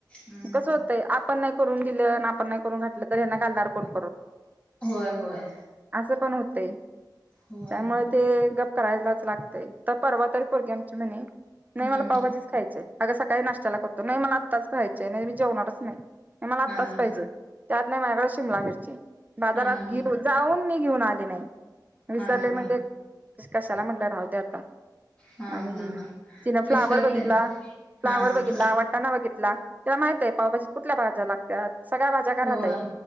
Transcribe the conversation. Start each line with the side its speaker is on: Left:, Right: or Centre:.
Left: हम्म
Right: कसं होतंय आप पन नाही करून दिलं, अन् आपण नाही करून घातलं तर ह्यांना घालणार कोण करून?
Left: होय होय
Right: असं पण होतंय,
Left: होय
Right: त्यामुळे
Left: होय
Right: ते गप करायलाच लागतंय. तर परवा तरी पोरगी आमची म्हणे, नाही
Left: हम्म
Right: मला पाव भाजीचं खाय अगं सकाळी नाष्ट्याला करतो, नाही मला आत्ताच खायचीय, नाही मी जेवणारच नाही मला आत्ताच
Left: हा
Right: पाहिजे.
Left: हा
Right: त्यात नाही माझ्याकडे शिमला मिरची, बाजारात
Left: हा
Right: घेऊ
Left: हा
Right: जाऊन मी घेऊन आले नाही. विसरले
Left: हा
Right: म्हणजे,
Left: हा
Right: कशाला म्हणलं राहुदे आता.
Left: हा
Right: आणि
Left: हा हा
Right: तिनं
Left: विसरतय
Right: फ्लावर बघितला फ्लावर
Left: हा आपलं
Right: बघितला वाटाणा बघितला, तिला माहिताय पावभाजीत कुठल्या भाज्या लागतात. सगळ्या भाज्या घरात
Left: होय
Right: आहेत,